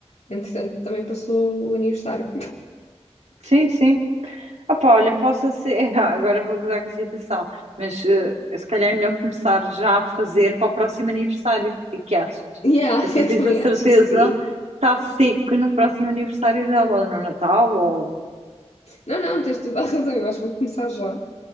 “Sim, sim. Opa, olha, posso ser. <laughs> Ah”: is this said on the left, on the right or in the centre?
Right